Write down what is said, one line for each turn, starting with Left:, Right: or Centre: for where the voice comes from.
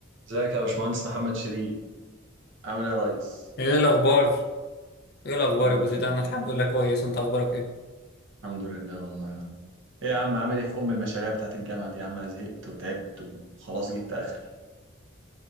Right: ازيك يا باشمهندس محمد شيرين عامل ايه يا ريس
Left: ايه الاخبار ايه الاخبار
Right: الحمد
Left: يا ابو
Right: لله
Left: زيد انا الحمد لله كويس انت اخبارك ايه
Right: الحمد لله والله يا عم ايه يا عم عامل ايه في ام المشاريع بتاعت الجامعه دي يا عم انا زهقت وتعبت وخلاص جبت اخري